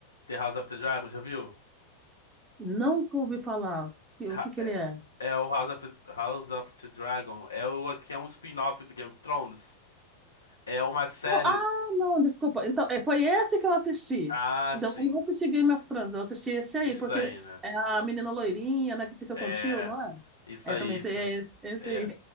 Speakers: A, on the left; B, on the right.
A: The House of the Dragon, já viu?
B: Não ouvi falar o que
A: Ha-
B: o que que
A: É,
B: ele é.
A: é o House of, House of the Dragon. É o que é um spin-off do Game of Thrones. É uma série.
B: Ah, não, desculpa. Então, é, foi esse que eu assisti.
A: Ah,
B: Então,
A: sim.
B: eu não assisti Game of Thrones, eu assisti esse aí,
A: Isso
B: porque
A: daí, né?
B: é a menina loirinha, né, que fica
A: É,
B: com o tio, não é?
A: isso aí,
B: É também esse,
A: isso
B: é,
A: aí.
B: esse
A: É.
B: aí.